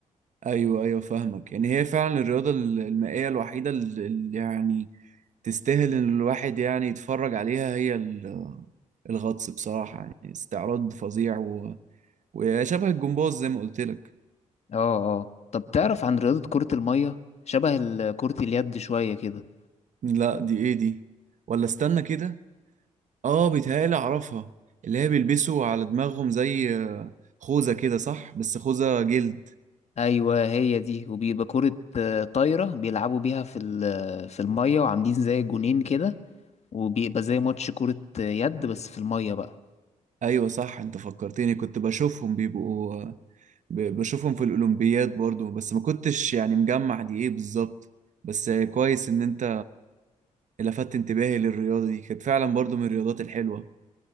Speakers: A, on the right (about 65°); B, on the left (about 55°).
A: ايوه ايوه فاهمك يعني هي فعلا الرياضه ال- المائيه الوحيده اللي اللي يعني تستاهل ان الواحد يعني يتفرج عليها هي ال- الغطس بصراحه يعني استعراض فظيع و... وشبه الجمباز زي ما قلت لك
B: اه اه طب تعرف عن رياضة كرة المية شبه ال- كرة اليد شوية كده
A: لا دي ايه دي ولا استنى كده اه بيتهيألي اعرفها اللي هي بيلبسوا على دماغهم زي آه، خوذه كده صح بس خوذه جلد
B: ايوه هي دي وبيبقى كرة آه، طايرة بيلعبوا بيها في ال- في المية وعاملين زي جونين كده وبيبقى زي ماتش كرة يد بس في المية بقى
A: ايوه صح انت فكرتني كنت بشوفهم بيبقوا ب- بشوفهم في الأولمبياد برضو بس ما كنتش يعني مجمع دي ايه بالظبط بس كويس ان انت لفتت انتباهي للرياضة دي كانت فعلا برضو من الرياضات الحلوة